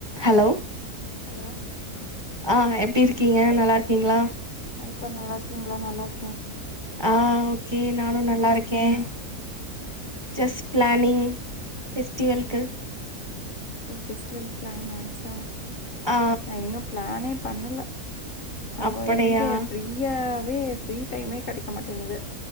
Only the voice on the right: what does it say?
hello
ஆ எப்டி இருக்கீங்க நல்லா இருக்கீங்களா
ஆ ஓகே நானு நல்லா இருக்கே
ஜஸ் பிளானிங் ஃபெஸ்டிவலுக்கு
ஆ
அப்படியா